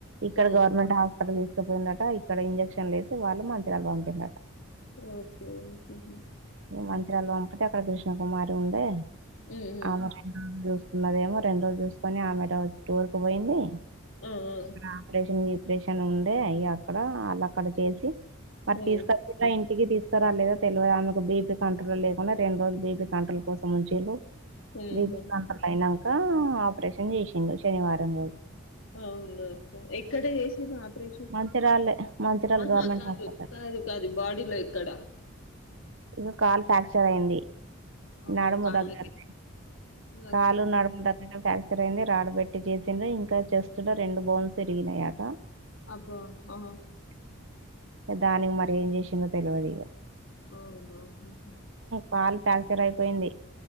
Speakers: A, on the right; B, on the left.
A: ఇక్కడ
B: ఆ
A: గవర్నమెంట్ హాస్పిటల్ తీసుకుపోయిందట ఇక్కడ ఇంజెక్షన్లు లేేసి వాళ్ళు మంచిర్యాల్ పంపింరట
B: ఓకే ఉమ్
A: ఇగ మంచిర్యాల్ పంపితే అక్కడ కృష్ణకుమారి ఉండే
B: ఉమ్
A: ఆమె చూ ఉన్నదేమో రెండు రోజు చూసుకొని ఆమె ఏటో టూర్ కు పోయింది
B: ఆ ఆ
A: ఆపరేషన్ చే ఆపరేషన్ ఉండే అయి అక్కడ వాళ్ళు అక్కడ చేసి మరి
B: ఉమ్
A: తీసుకొచ్చిండ్రా ఇంటికి తీసుకురాలేదా తెలవది ఆమె బీపీ కంట్రోల్ లేకుండా రెండు రోజులు బీపీ కంట్రోల్ కోసం ఉంచే
B: ఉహు
A: బీపీ కంట్రోల్ అయినాక నంక ఆపరేషన్ చేసిండ్రు శనివారం రోజు
B: అవునాక్క ఎక్కడ చేసిండ్రు ఆపరేషన్
A: మంచిర్యాల మంచిర్యాల
B: ఆహా
A: గవర్నమెంట్
B: కాదు
A: హాస్పిటల్
B: కాదు కాదు బాడీలో ఎక్కడ
A: ఇక కాళ్లు ఫ్రాక్చర్ అయింది
B: ఆహా!
A: నడుము
B: కాళ్ళకి.
A: దగ్గరనే
B: ఓకే.
A: కాళ్లు నడుము దగ్గర ఫ్రాక్చర్ అయింది రాడబెట్టి చేసిండ్రు ఇంకా చెస్ట్ లో రెండు బోన్స్ ఇరిగినాయి ఆట
B: అబ్బా ఆహా
A: దానికి మరేం చేసిందో తెలివదిగా
B: అవునా ఉహు
A: కాలు ఫ్రాక్చర్ అయిపోయింది